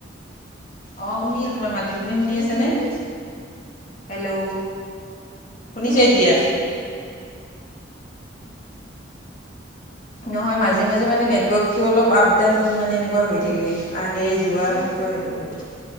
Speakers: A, on the left (about 45°); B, on the right (about 30°).
A: অ' শুনি আছোঁ তোমাৰ মাত। তুমি শুনি
B: উম
A: আছানে?
B: আছো
A: হেল্ল', শুনিছা
B: উম
A: এতিয়া?
B: শুনিছো
A: নহয়, মাজে-মাজে মানে নেটৱৰ্কটো অলপ আপ-ডাউন মানে এনেকুৱা হৈ থাকে। আহে, যোৱা
B: উম
A: সেনেকুৱা
B: তাকেতো
A: হৈ থাকে।